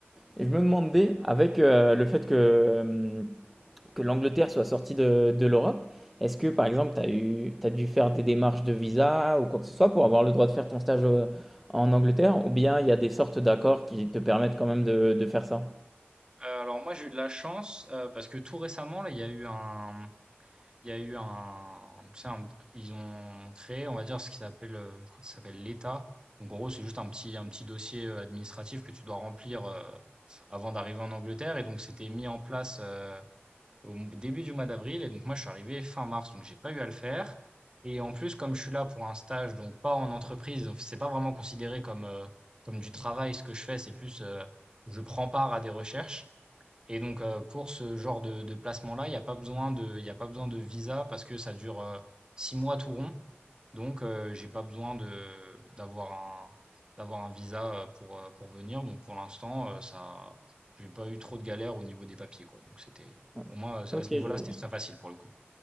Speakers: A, in the centre; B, on the right.
A: et je me demandais, avec euh, le fait que euh, que l'Angleterre soit sortie de, de l'Europe, est-ce que par exemple, tu as eu, t'as dû faire des démarches de visa ou quoi que ce soit pour avoir le droit de faire ton stage euh, en Angleterre, ou bien il y a des sortes d'accords qui te permettent quand même de, de faire ça?
B: alors moi, j'ai eu de la chance, heu, parce que tout récemment, là, il y a eu un il y a eu un tu sais, un ils ont créé, on va dire, ce qui s'appelle, heu, je crois que ça s'appelle l'État. Donc en gros, c'est juste un petit un petit dossier, heu, administratif que tu dois remplir, heu, avant d'arriver en Angleterre et donc c'était mis en place, euh, au m- début du mois d'avril. Et donc moi, je suis arrivé fin mars, donc j'ai pas eu à le faire. Et en plus, comme je suis là pour un stage, donc pas en entreprise, c'est pas vraiment considéré comme euh, comme du travail ce que je fais, c'est plus euh, je prends part à des recherches. Et donc, heu, pour ce genre de de placement-là, il y a pas besoin de il y a pas besoin de visa parce que ça dure, heu, 6 mois tout rond. Donc, heu, j'ai pas besoin de d'avoir un d'avoir un visa, heu, pour, heu, pour venir. Donc pour l'instant, heu, ça j'ai pas eu trop de galères au niveau des papiers, quoi. Donc c'était
A: Ouais.
B: au moins, à
A: Ok,
B: ce niveau-là,
A: je vois.
B: c'était très facile pour le coup.